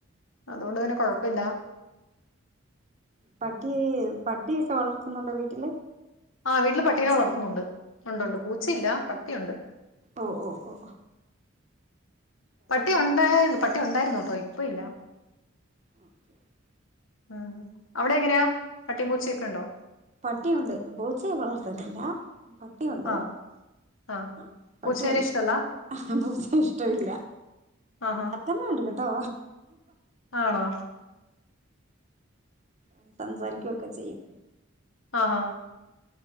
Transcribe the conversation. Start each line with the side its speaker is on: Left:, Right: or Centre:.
Left: അതുകൊണ്ട് പിന്നെ കൊഴപ്പില്ല
Right: പട്ടി പട്ടിയൊക്കെ വളർത്തുന്നുണ്ടോ വീട്ടില്
Left: ആഹ് വീട്ടില് പട്ടീനെ
Right: പൂച്ച
Left: വളർത്തുന്നുണ്ട് ഉണ്ടുണ്ട് പൂച്ചയില്ല പട്ടിയുണ്ട്
Right: ഓ ഓ ഓഓ
Left: പട്ടി ഉണ്ടായിരുന്നു പട്ടി ഉണ്ടായിരുന്നുട്ടോ ഇപ്പ ഇല്ല
Right: ആ ഓക്കെ ഓക്കെ
Left: ഉം അവിടെ എങ്ങനെയാ പട്ടിം പൂച്ചയൊക്കെ ഉണ്ടോ
Right: പട്ടിയുണ്ട് പൂച്ചയെ വളർത്തലില്ല പട്ടിയുണ്ട്
Left: ആ ആ
Right: ആഹ പട്ടിയുണ്ട്
Left: പൂച്ചേനെ ഇഷ്ടമല്ല
Right: പൂച്ചയെ ഇഷ്ടമില്ല
Left: ആഹാ
Right: തറ്റമ്മ ഉണ്ട് കേട്ടോ
Left: ആണോ
Right: ഉം സംസാരിക്കുവൊക്കെ ചെയ്യും
Left: ആഹ